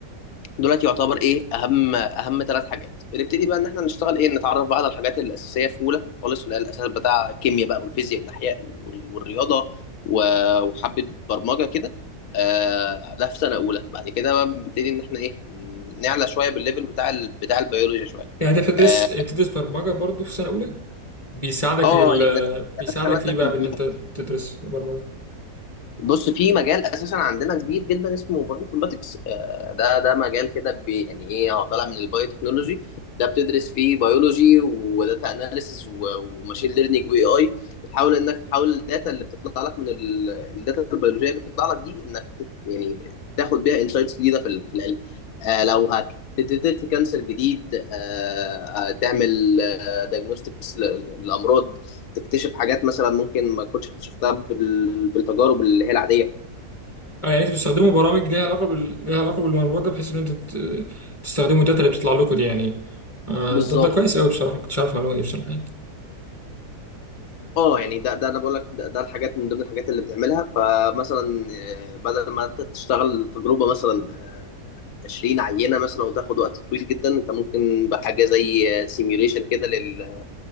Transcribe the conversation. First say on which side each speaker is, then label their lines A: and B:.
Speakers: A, on the left; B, on the left.
A: دلوقتي يعتبر ايه اهم اهم ثلاث حاجات بنبتدي بقى ان احنا نشتغل ايه نتعرف بقى على الحاجات الاساسيه في اولى خالص اللي هي الاساس بتاع الكيمياء بقى والفيزياء والاحياء وال- والرياضه و- وحبه برمجه كده آه، ده في سنه اولى بعد كده بقى بنبتدي ان احنا ايه نعلى شويه بالليفل بتاع ال- بتاع البيولوجيا شويه
B: يعني انت بتدرس
A: اه
B: بتدرس برمجة برضو في سنة اولى بيساعدك
A: آه،
B: ال...
A: يعني درسنا
B: بيساعدك
A: ماده
B: في ايه
A: كمبيوتر
B: بقى بان انت
A: كده.
B: تدرس برمجة
A: بص في مجال اساسا عندنا كبير جدا اسمه بايو انفورماتكس آه، ده ده مجال كده بي- يعني ايه هو طالع من البايو تكنولوجي ده بتدرس فيه بيولوجي وداتا اناليسز وماشين ليرنينج واي اي بتحاول انك تحول الداتا اللي بتطلع لك من ال- الداتا البيولوجيه اللي بتطلع لك دي انك تت- يعني تاخد بيها انسايتس جديده في ال- في العلم آه، لو هتديتكت كانسر جديد آه، هتعمل دايجنوستكس للامراض تكتشف حاجات مثلا ممكن ما كنتش اكتشفتها بال... بالتجارب اللي هي العاديه
B: اه يعني انتوا بتستخدموا برامج ليها علاقه بال... ليها علاقه بالبرمجه بحيث ان انتوا ت- تستخدموا الداتا اللي بتطلع لكم دي يعني آه
A: بالظبط
B: طب ده كويس قوي بصراحه ما كنتش عارف المعلومه دي بصراحه يعني.
A: اه يعني ده ده انا بقول لك ده, ده الحاجات من ضمن الحاجات اللي بتعملها فمثلا آه، بدل ما انت تشتغل تجربه مثلا آه، 20 عينه مثلا وتاخد وقت طويل جدا انت ممكن بحاجه زي سيميوليشن كده لل...